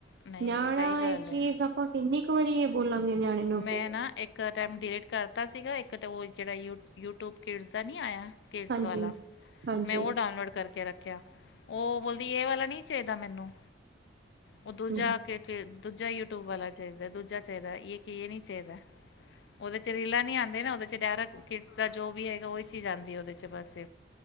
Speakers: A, on the left; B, on the right.
A: ਨਹੀਂ
B: ਨਿਆਣਾ
A: ਨਹੀਂ ਸਹੀ ਗੱਲ
B: ਇਹ ਚੀਜ਼
A: ਹੈ
B: ਆਪਾਂ ਕਿੰਨੀ ਕੁ ਵਾਰੀ ਇਹ ਬੋਲਾਂਗੇ ਨਿਆਣੇ ਨੂੰ
A: ਮੈਂ
B: ਵੀ
A: ਨਾ ਇੱਕ ਇੱਕ ਟਾਈਮ ਡਿਲੀਟ ਕਰਤਾ ਸੀਗਾ ਇੱਕ ਤਾਂ ਉਹ ਜਿਹੜਾ ਯੂ ਯੂਟਿਊਬ ਕਿਡਸ ਦਾ ਨਹੀਂ ਆਇਆ ਕਿਡਜ਼
B: ਹਾਂਜੀ
A: ਵਾਲਾ
B: ਹਾਂਜੀ
A: ਮੈਂ ਉਹ ਡਾਊਨਲੋਡ ਕਰਕੇ ਰੱਖਿਆ ਉਹ ਬੋਲਦੀ ਇਹ ਵਾਲਾ ਨਹੀਂ ਚਾਹੀਦਾ ਮੈਨੂੰ ਉਹ ਦੂਜਾ
B: ਹਾਂ
A: ਦੂਜਾ ਯੂਟਿਊਬ ਵਾਲਾ ਚਾਹੀਦਾ ਦੂਜਾ ਚਾਹੀਦਾ ਇੱਕ ਕੀ ਇਹ ਨੀ ਚਾਹੀਦਾ ਉਹਦੇ ਚ ਰੀਲਾ ਨੀ ਆਉਂਦੇ ਨਾ ਉਹਦੇ ਚ ਡੈਰਾ ਕਿਡਸ ਦਾ ਜੋ ਵੀ ਹੈਗਾ ਉਹਹੀ ਚੀਜ਼ ਆਉਦੀ ਉਹਦੇ 'ਚ ਬਸ